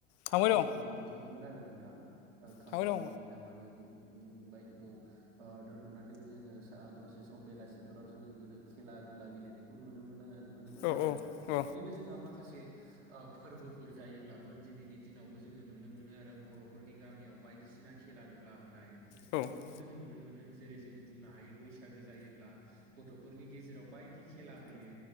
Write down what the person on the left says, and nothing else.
थांबाय
दं
थांबाय दं
औ
औ
औ